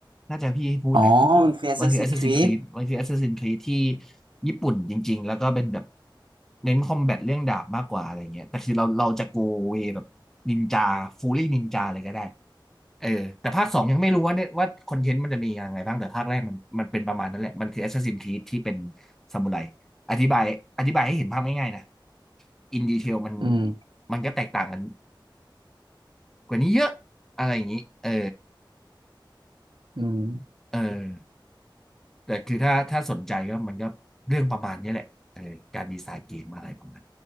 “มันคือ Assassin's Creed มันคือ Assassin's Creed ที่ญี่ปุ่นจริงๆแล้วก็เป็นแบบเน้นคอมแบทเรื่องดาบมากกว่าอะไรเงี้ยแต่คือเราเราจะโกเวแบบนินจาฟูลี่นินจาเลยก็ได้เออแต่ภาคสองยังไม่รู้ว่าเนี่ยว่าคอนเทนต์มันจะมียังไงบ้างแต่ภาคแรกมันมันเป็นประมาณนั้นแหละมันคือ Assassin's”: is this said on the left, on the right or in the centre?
Centre